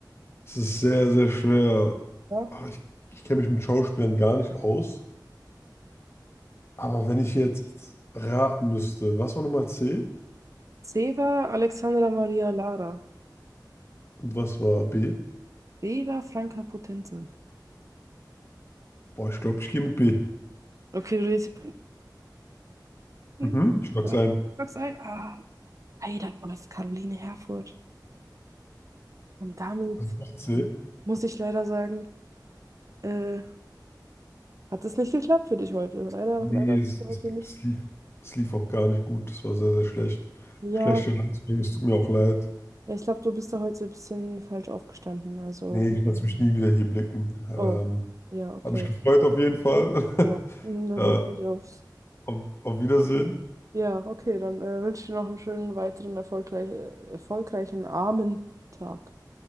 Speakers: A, on the left; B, on the right.
A: Es ist sehr, sehr schwer.
B: Ja.
A: Ah, Ich, ich kenne mich mit Schauspielern gar nicht aus. Aber wenn ich jetzt raten müsste, was war nochmal C
B: C war Alexandra Maria Lara.
A: und was war B?
B: B war Franka Potente.
A: Boah, ich glaube, ich gehe mit B.
B: Okay, du redest. <laughs>
A: Mhm, ich log's ein.
B: Sag's ein. Ah, leider war es Caroline Herfurth. Und damit
A: Also noch C.
B: muss ich leider sagen, äh, hat es nicht geklappt für dich heute. Leider,
A: Nee,
B: leider bist
A: es,
B: du heute
A: es,
B: nicht.
A: das lief, das lief auch gar nicht gut. Das war sehr, sehr schlecht.
B: Ja,
A: Schlechte Leistung, es tut mir auch leid.
B: ja, ich glaube, du bist da heute ein bisschen falsch aufgestanden. Also,
A: Nee, ich lasse mich nie wieder hier blicken. Ähm,
B: oh, ja, okay.
A: habe mich gefreut auf jeden Fall. <laughs>
B: Ja, na
A: äh,
B: gut, nicht aufs.
A: auf, auf Wiedersehen.
B: Ja, okay, dann äh, wünsche ich dir noch einen schönen weiteren erfolgreich, erfolgreichen Armen Tag.